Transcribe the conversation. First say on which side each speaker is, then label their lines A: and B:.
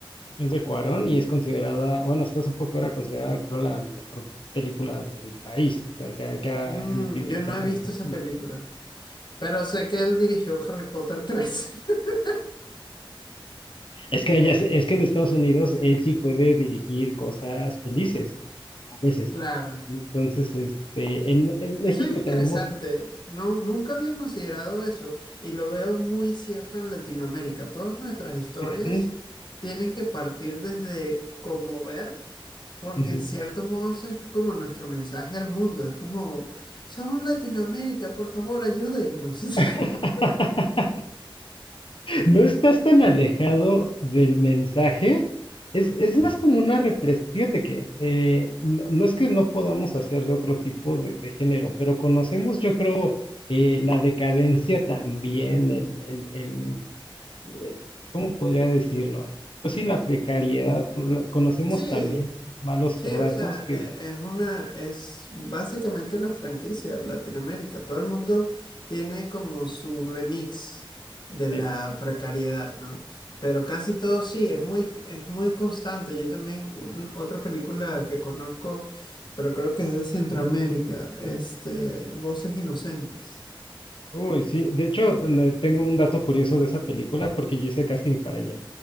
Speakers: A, on the left; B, on the left.
A: es de Cuarón y es considerada, bueno, hasta hace poco era considerada, creo, la mejor película del país, o sea, que, ha- que ha
B: Mm,
A: emitido
B: yo
A: el
B: no
A: país
B: he visto
A: en algún
B: esa
A: punto.
B: película. Pero sé que él dirigió Harry Potter tres <laughs>
A: Es que ella, es que en Estados Unidos él sí puede dirigir cosas felices, a veces.
B: Claro.
A: Entonces, este, en, en
B: Eso
A: México
B: es interesante.
A: tenemos...
B: No, nunca había considerado eso y lo veo muy cierto en Latinoamérica. Todas nuestras historias
A: Ujú,
B: tienen que partir desde conmover, porque
A: ujú.
B: en cierto modo eso es como nuestro mensaje al mundo. Es como, somos Latinoamérica, por favor, ayúdennos. <laughs>
A: <laughs> No estás tan alejado del mensaje. Es,
B: Ujú.
A: es más como una represión. Fíjate que eh, no, no es que no podamos hacer de otro tipo de, de género, pero conocemos, yo creo, eh, la decadencia también, el, el- el- el- ¿cómo podría decirlo? Pues sí, la precariedad. con- la- Conocemos
B: Sí,
A: también los malos
B: Sí,
A: ratos
B: o sea,
A: que...
B: e- es una, es básicamente una franquicia Latinoamérica. Todo el mundo tiene como su remix de la
A: Exacto.
B: precariedad, ¿no? Pero casi todo sí, es muy, es muy constante. Yo también, un- otra película que conozco, pero creo que es de Centroamérica, este, Voces Inocentes.
A: Uy, sí. De hecho, eh, tengo un dato curioso de esa película porque yo hice casting para ella.